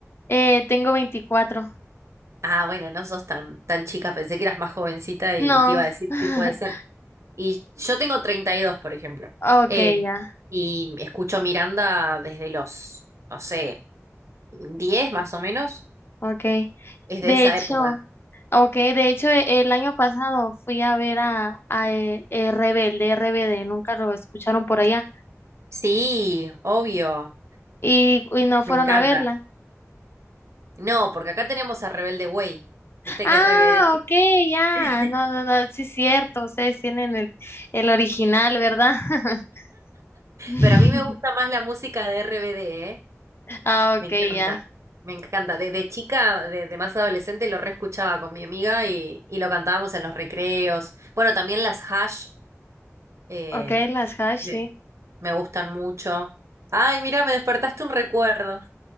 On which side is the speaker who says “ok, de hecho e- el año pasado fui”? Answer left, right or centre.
Left